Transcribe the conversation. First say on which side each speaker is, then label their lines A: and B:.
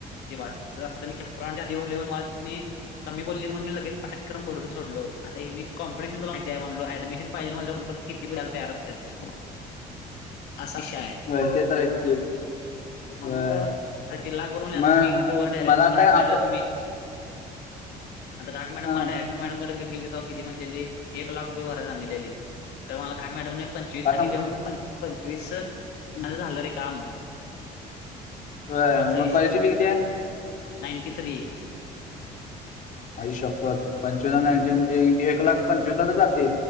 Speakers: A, on the left; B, on the left.
A: वाता मीच्या आधीवर लिहून मला ति. कमी बोललीत म्हण मीगेच पाटक्रमरूनोलो आता ही कॉम्पटिशन त माहि आहे म्हणलो डमिशन पाहिजे म्हलंण. किती बलत तयार असत्यात असा विषय हाय.
B: होय ते तर आहे च कि.
A: म्हणून
B: होय
A: तर ती लाख भर म्हणली आता
B: मग
A: मी तिथं वर डायरेक्ट
B: मला
A: घाट
B: तर
A: मॅडम
B: आता.
A: मी आता काट मॅडम
B: हा
A: मला डयर. मॅडमकडे घेऊ गेली तर किती म्हणलेली एक लाख रुपये भरय सांगलेली तर मला घाट मॅडम. पंचवीस
B: का
A: सांगित
B: सांग
A: म्हण मी पंचवीस म्हझं झालं रे काम.
B: होय
A: असा
B: मग
A: विषय
B: कॉलेजची
A: होता
B: फी किती आहे
A: नाईंटी थ्री.
B: आई शपथ पंचवीसंची म्हणजे एक लाख पंचवीस जाते.